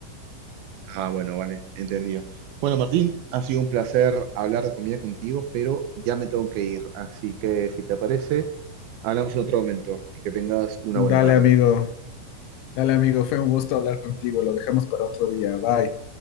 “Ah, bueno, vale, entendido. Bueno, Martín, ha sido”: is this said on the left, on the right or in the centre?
Right